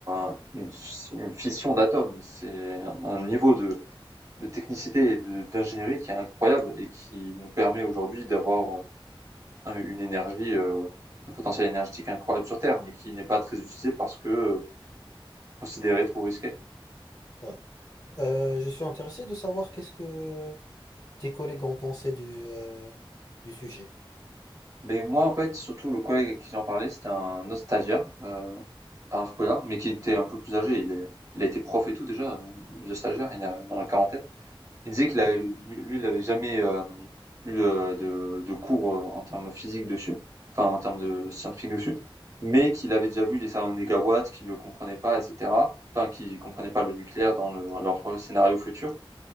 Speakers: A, on the right; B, on the left.
A: un- une, une fission d'atomes. C'est un, un niveau de, de technicité et de- d'ingénierie qui est incroyable et qui nous permet aujourd'hui d'avoir un- une énergie, euh, un potentiel énergétique incroyable sur Terre, mais qui n'est pas très utilisé parce que euh, considéré trop risqué.
B: ouais. Euh, je suis intéressé de savoir qu'est-ce que tes collègues ont pensé du, euh, du sujet.
A: Mais moi, en fait, surtout le collègue avec qui j'en parlais, c'était un autre stagiaire. euh, à Arcola, mais qui était un peu plus âgé. Il, est- il a été prof et tout déjà, euh, de stagiaire, il a, dans la quarantaine. Il disait qu'il
B: Ouais,
A: avait, lui, il n'avait jamais euh, eu euh, de, de cours euh, en termes physiques dessus, enfin en termes de scientifiques dessus, mais qu'il avait déjà vu les salles en négawatts, qu'il ne comprenait pas, etc. Enfin, qu'il comprenait pas le nucléaire dans le- leur scénario futur